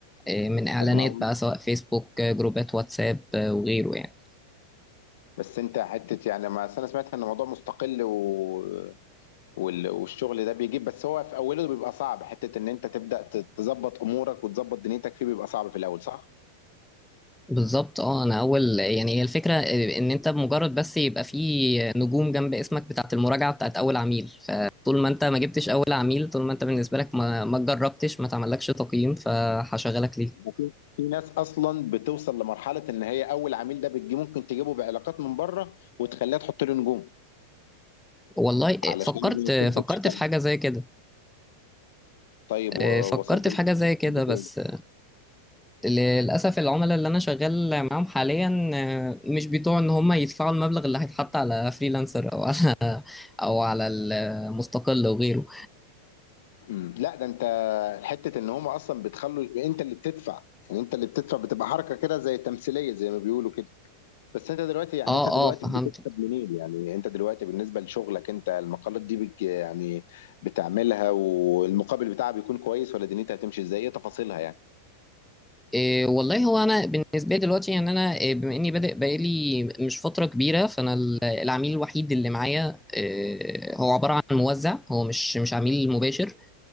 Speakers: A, in the centre; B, on the left.
A: آه، من اعلانات
B: طب ما هو
A: بقى سواء فيسبوك آه، جروبات واتساب آه، وغيره يعني
B: بس انت حته يعني ما أصل انا سمعت ان الموضوع مستقل و... وال... والشغل ده بيجيب بس هو في اوله بيبقى صعب حته ان انت تبدا ت- تظبط امورك وتظبط دنيتك فيه بيبقى صعب في الاول صح؟
A: بالظبط اه انا اول يعني هي الفكره آه، ان انت بمجرد بس يبقى في نجوم جنب اسمك بتاعت المراجعه بتاعت اول عميل فطول ما انت ما جبتش اول عميل طول ما انت بالنسبه لك ما ما جربتش ما تعملكش تقييم فهشغلك ليه
B: في في ناس اصلا بتوصل لمرحله ان هي اول عميل ده بتجي ممكن تجيبه بعلاقات من بره وتخليها تحط له نجوم
A: والله آه،
B: علشان
A: فكرت آه،
B: تبدا
A: فكرت
B: تشتغل
A: في حاجه زي كده
B: طيب ووصلت
A: آه، فكرت
B: ل-
A: في حاجه زي كده بس للأسف العملاء اللي أنا شغال معاهم حاليا آه، مش بيطوع إن هم يدفعوا المبلغ اللي هيتحط على فريلانسر أو على <laughs> أو على المستقل وغيره
B: مم. لا ده انت حته ان هم اصلا بتخلوا انت اللي بتدفع يعني انت اللي بتدفع بتبقى حركه كده زي تمثيليه زي ما بيقولوا كده بس انت دلوقتي يعني
A: أه
B: انت دلوقتي
A: أه فهمت
B: بتكسب منين يعني انت دلوقتي بالنسبه لشغلك انت المقالات دي بت يعني بتعملها والمقابل بتاعها بيكون كويس ولا دنيتها هتمشي ازاي ايه تفاصيلها يعني
A: إيه والله هو أنا بالنسبة لي دلوقتي يعني أنا آه، بما إني بادئ بقالي مش فترة كبيرة فأنا ال- العميل الوحيد اللي معايا آه، هو عبارة عن موزع هو مش مش عميل مباشر